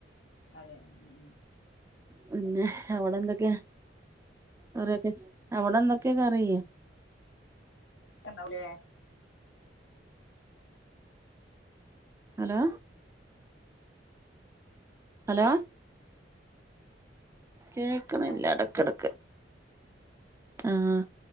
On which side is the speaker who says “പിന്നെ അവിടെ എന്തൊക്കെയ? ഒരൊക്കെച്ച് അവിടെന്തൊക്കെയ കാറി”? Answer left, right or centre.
Right